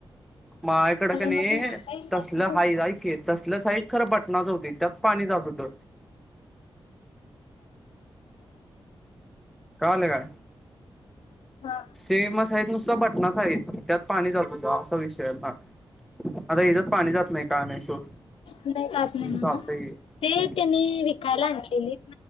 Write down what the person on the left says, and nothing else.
मग घरात विचारून
घेतलं.
हां.
नाही जात नाही म्हणून
ते
त्यांनी विकायला आणलेली